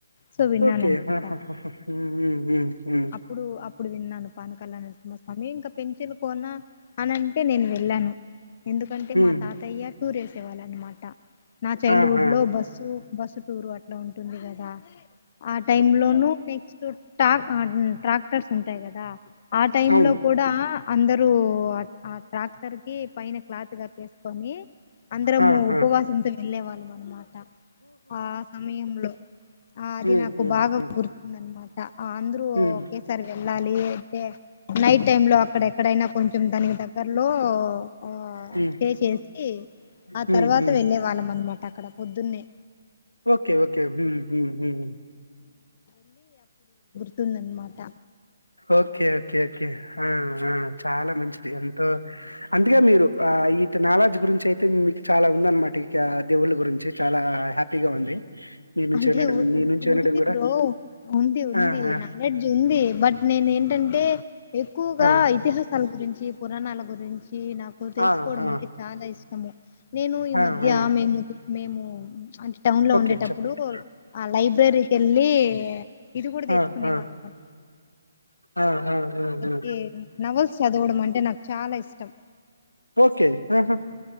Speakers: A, on the left; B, on the left.
A: సో విన్నాను
B: ఓకె
A: అనమాట
B: హహహహ మ్ మ్ మ్ మ్
A: అప్పుడు అప్పుడు విన్నాను పానకాల నరసింహాస్వామి ఇంక పించులు కోన అనంటే నేను వెళ్ళాను ఎందుకంటే
B: హ్మ్.
A: మా తాతయ్య టూర్ వేసేవాళ్ళ అన్నమాట నా చైల్డ్
B: ఆ!
A: హుడ్
B: ఆ!
A: లో బస్సు బస్సు టూర్ అట్లా ఉంటుండే కదా ఆ టైమ్ లోనూ నెక్స్ట్ టాక్ ట్రాక్టర్స్ ఉంటాయి గదా ఆ టైమ్
B: అవును.
A: లో కూడా అందరరూ ఆ ట్రాక్టర్ పైన క్లాత్ గాట్టేసుకొని అందరము
B: ఆ!
A: ఉపవాసంతో
B: ఆ!
A: వెళ్ళే వాళ్ళం అనమాట ఆ సమయంలో ఆ అది
B: హ్మ్.
A: నాకు
B: హ్మ్.
A: బాగా
B: హ్మ్.
A: గుర్తుందన్నమా అందరూ
B: హ్మ్.
A: ఒకేసారి వెళ్ళాలి అంటే నైట్ టైమ్ లో అక్కడ ఎక్కడైనా కొంచెం దానికి దగ్గరలో ఆ
B: హ్మ్.
A: స్టే చేసి ఆ
B: హ్మ్.
A: తర్వాత
B: హ్మ్.
A: వెళ్ళే వాళ్ళం అనమాట అక్కడ పొద్దున్నే
B: ఓకే ఓకే మ్ మ్
A: ఉంటూందనమాట
B: ఓకే ఓకే ఓకే ఆ ఆ చాలా మంచిది ఎంతో అందుకే మీరు ఆ ఇ నాలడ్జ్ గురించి అయితే మీకు చాలా ఉందన్నమాట ఇక దేవుళ్ళ గురించి చాలా ఆ హ్యాపీగా ఉంది మీ నుంచి
A: అంటే
B: వినడం
A: ఉం
B: మీ నుంచి వినడం
A: ఉంది
B: గూడా.
A: బ్రో ఉంది ఉంది
B: ఆ! ఆ!
A: నాలెడ్జ్ ఉంది బట్ నేను ఏంటంటే ఎక్కువగా
B: ఆ! ఆ!
A: ఇతిహాసాలు గురించి పురాణాల గురించి నాకు తెలుసుకోవడమంటే
B: ఆ! ఆ! ఆ!
A: చాలా ఇష్టము నేను ఈ
B: ఆ
A: మధ్య
B: ఆ
A: మేము మేము అంటే టౌన్ లో
B: ఓకే
A: ఉండేటప్పుడు
B: చెప్పండి
A: ఆ లైఫ్ని లైబ్రరికి వెళ్ళి ఇది కూడా తెచ్చుకునే
B: ఆ ఆ
A: వాళ్ళం గ
B: ఆ ఆ ఆ ఆ
A: కే నవల్స్ చదవడం అంటే నాకు చాలా ఇష్టం
B: ఓకే ఆహా